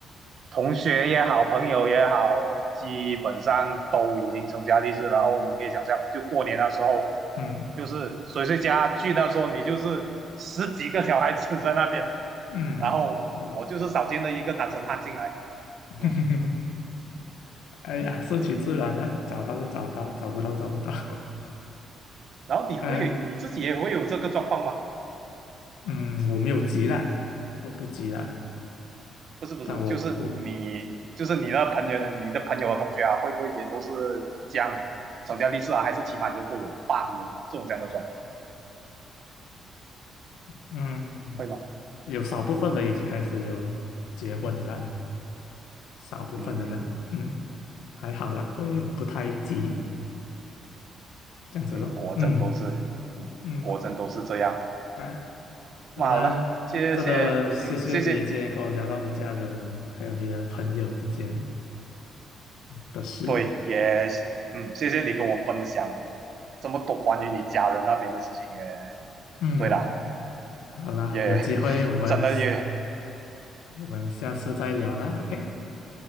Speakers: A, on the right; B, on the left.
A: 同学也好，朋友也好，基本上都已经成家立室，然后你可以想象，就过年的时候，
B: 嗯
A: 就是谁谁家聚那时候，你就是十几个小孩子在那边，
B: 嗯，
A: 然后我就是少见的一个单身汉进来，
B: 对，<laughs>
A: 嗯，
B: 哎呀，顺其自然啦、找到就找到，找不到就找不到。<laughs>
A: 然后你会你自己也会有这个状况吗？
B: 哎，嗯，我没有急啦，我不急啦。
A: 不是不是，
B: 但我我
A: 就是你就是你的朋友、你的朋友和同学啊，会不会也都是这样，成家立室啊，还是起码就都有伴的这种这样的状况
B: 嗯，
A: 会吗？
B: 有少部分人已经开始有结婚的啦，少部分的人，
A: 嗯
B: 嗯，还好啦，我也不太急，这样子咯，
A: 嗯，果真都是，
B: 嗯
A: 嗯，
B: 嗯
A: 果真都是这样。
B: 啊，
A: 那好了，
B: 好啦，
A: 谢谢，
B: 真的谢谢你今天跟我聊到你家人还有你的朋友之间
A: 嗯，谢谢，
B: 的事，
A: 对，也，嗯，谢谢你跟我分享这么多关于你家人那边的事情。也，
B: 嗯，
A: 对了，
B: 好啦，
A: 也
B: 有机会我们
A: 真的也
B: 我们下次再聊啦，OK，